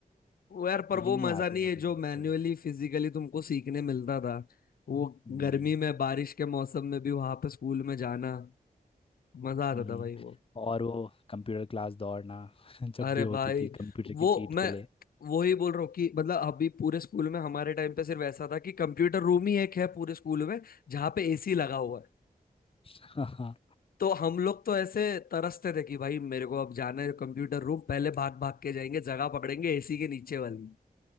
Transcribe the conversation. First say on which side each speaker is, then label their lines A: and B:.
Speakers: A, on the left (about 70°); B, on the left (about 35°).
A: वो यार पर
B: फीलिंग
A: वो मजा
B: नहीं आती
A: नहीं
B: होगी
A: है जो मैन्युअली
B: बच्चों को
A: फिजिकली तुमको सीखने मिलता था वो
B: हम्म
A: गर्मी में बारिश के मौसम में भी वहां पे स्कूल में जाना मजा
B: हम्म,
A: आता था भाई वो
B: और वो कंप्यूटर क्लास दौड़ना <laughs> जब
A: अरे
B: भी होती
A: भाई
B: थी कंप्यूटर की
A: वो
B: सीट
A: मैं
B: के लिए
A: वही बोल रहा हूँ कि मतलब अभी पूरे स्कूल में हमारे टाइम पे सिर्फ ऐसा था कि कंप्यूटर रूम ही एक है पूरे स्कूल में जहाँ पे एसी लगा हुआ है
B: <laughs> हाँ
A: तो हम लोग तो ऐसे तरसते थे कि भाई मेरे को अब जाना है कंप्यूटर रूम पहले भाग भाग के जाएंगे जगह पकड़ेंगे एसी के नीचे वाली